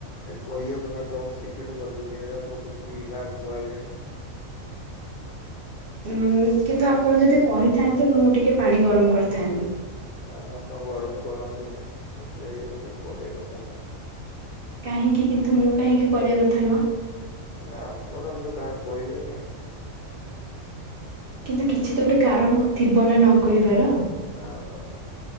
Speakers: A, on the left; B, on the right.
A: କହିହବନି ଟପ୍ ସିକ୍ରେଟ ପଦ୍ଧତି ଏରା ପଦ୍ଧତି କାହାକୁ କୁହାଯାଏନି।
B: ଉଁ କିନ୍ତୁ ଆପଣ ଯଦି କହିଥାନ୍ତେ ମୁଁ ଟିକେ ପାଣି ଗରମ କରିଥାନ୍ତି।
A: ନା ନା ଆପଣ ଗରମ କରନ୍ତୁନି ସେମିତି କରିବା କଥା ନୁହେଁ।
B: କାହିଁକି କିନ୍ତୁ ମୁଁ କାହିଁକି କରିଆ କଥା ନୁହଁ?
A: ନା ଆପଣ ମୁଁ ତ କାହାକୁ କହିବିନି।
B: କିନ୍ତୁ କିଛି ତ ଗୋଟେ କାରଣ ଥିବ ନା ନ କହିବାର।
A: ନା ନା ନା